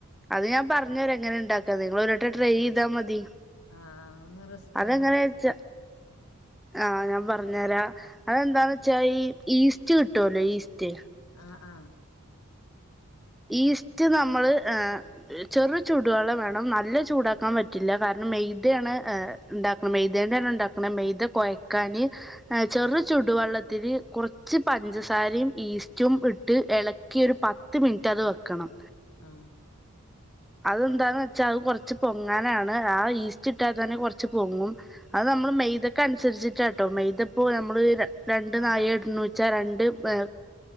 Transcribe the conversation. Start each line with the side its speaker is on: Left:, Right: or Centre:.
Centre: അത് ഞാൻ പറഞെര എങ്ങനെ ഇണ്ടാക്കാന്ന് നിങ്ങളൊര് ട്രൈ
Left: ആ
Centre: ഇതാ മതി.
Left: ആ ആ ഒന്ന് റെസിപ്പി
Centre: അതെങ്ങനെച്ച
Left: പറ
Centre: ആ ഞാൻ പറഞ് പറഞ്ഞരാ അതെന്താന്ന് വെച്ചാ ഈ ഈസ്റ്റ് കിട്ടുവോല്ലോ ഈസ്റ്റ്
Left: അ അ
Centre: ഈസ്റ്റ് നമ്മള് ചെറു ചുടു വെള്ളം വേണം നല്ല ചൂടാക്കാൻ പറ്റില്ല കാരണം മെയ്തെയാണ് ഏ ഇണ്ടാക്കുന്നത് മെയ്തേണ്ടാണ് ഇണ്ടാക്കുന്നത് മെയ്ത കൊയക്കാന് അ ചെറു
Left: ആ
Centre: ചുട് വെള്ളത്തി ത്തില് കൊറച്ച് പഞ്ചസാരിം ഈസ്റ്റും ഇട്ട് എളക്കി ഒരു പത്ത് മിന് റ്റത് വെക്കണം.
Left: ആ
Centre: അതെന്താന്ന് വെച്ചാ അത് കൊറച്ച് പൊങ്ങാനാണ് ആ ഈസ്റ്റ് ഇട്ടാതെന്നെ കൊറച്ച് പൊങ്ങും അത് നമ്മൾ മെയ്തെക്ക് അൻസരിച്ചിട്ടാട്ടോ മെയ്തപ്പോ ഞമ്മള് രണ്ട്
Left: പദം
Centre: നായി എട്ണൂച്ച രണ്ട് ഏ